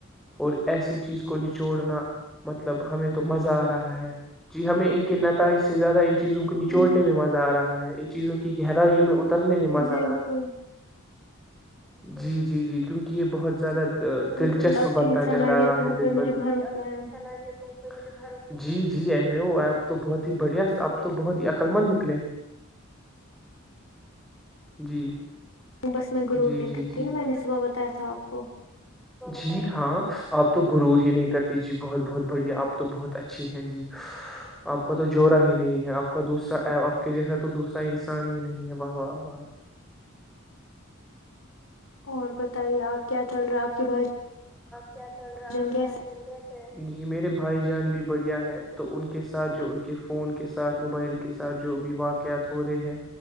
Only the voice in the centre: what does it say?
اور ایسی چیز کو نچوڑنا مطلب ہم تو مزہ آ رہا ہے جی ہمیں ان کے نتائج سے زیادہ ان چیزوں کو
نچوڑنے میں مزہ آ رہا ہے ان چیزوں کی گہرائی یہ میں تیرنے میں مزہ
آ رہا ہے جی جی جی کیونکہ یہ بہت زیادہ دلچسپ
بنتا
جا رہا ہے دن
بہ
دن
صلاحیتوں پہ جی جی ہے ہو آپ تو بہت ہی بڑھیا اپ تو بہت ہی عقللمند نکلے جی
جی
جی
جی
وہ
جی ہاں آپ تو گرور ہی نہیں کرتی جی بہت بہت بڑھیا آپ تو بہت اچھی ہیں جی آپ کا تو جوورا ہی نہیں ہے آپ کا دوسرا آپ کے جیسا تو دوسرا انسان ہی نہیں ہے واہ واہاہ
کیا چ رہا ہے آپ
کی
بائی جنگ گ جی میرے بھائی جان بھی بڑھیا ہے تو ان کے ساتھ جو ان کے فون کے ساتھ موبائل کے ساتھ جو بھی واقعات ہو رہے ہیں